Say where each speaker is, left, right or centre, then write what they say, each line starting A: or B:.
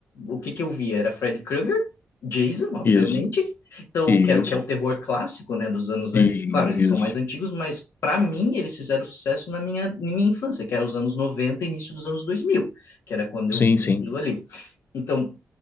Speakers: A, on the left; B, on the left.
A: o que que eu via? Era Fred Krueger, Jason, obviamente.
B: Isso,
A: Então,
B: isso,
A: quero que é o terror clássico, né, dos anos
B: isso.
A: ali. Claro, eles são mais antigos, mas para mim eles fizeram sucesso na minha, na minha infância, que era os anos 90, início dos anos 2000, que era quando eu
B: Sim,
A: via
B: sim.
A: aquilo ali. Então,